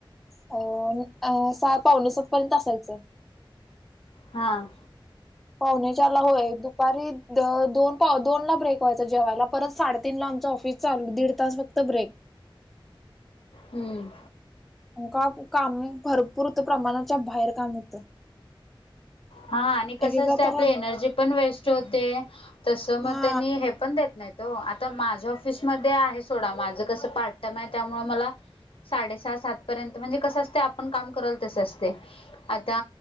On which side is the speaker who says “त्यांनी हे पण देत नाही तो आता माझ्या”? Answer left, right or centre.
Left